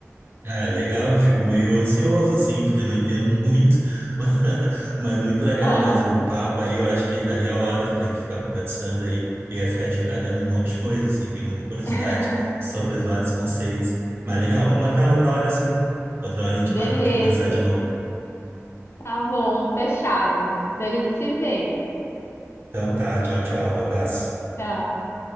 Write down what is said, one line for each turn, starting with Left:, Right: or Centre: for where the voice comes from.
Right: Ah, legal, eu fico meio ansioso, assim, porque eu não entendo muito, <laughs> mas muito legal
Left: <laughs>
Right: mesmo o papo aí, eu acho que daria horas pra gente ficar conversando aí, e ia ficar te indagando um monte de coisa, assim, tem muita curiosidade
Left: Ah.
Right: sobre os vários conceitos. Mas legal, vamos marcar outra hora, assim, outra hora a gente marca
Left: Beleza.
Right: de conversar de novo.
Left: Tá bom, fechado. Então a gente se vê.
Right: Então tá, tchau, tchau, um abraço.
Left: Tchau.